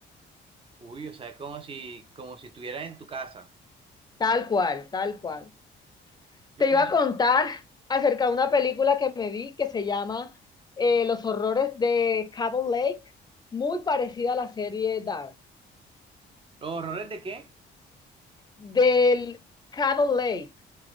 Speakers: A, on the right; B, on the left.
A: Uy, o sea, es como si, como si estuvieras en tu casa.
B: Tal cual, tal cual.
A: Yo
B: Te
A: pienso.
B: iba a contar acerca de una película que me vi que se llama eh, Los horrores de Cabot Lake, muy parecida a la serie Dark.
A: ¿Los horrores de qué?
B: Del Cabot Lake,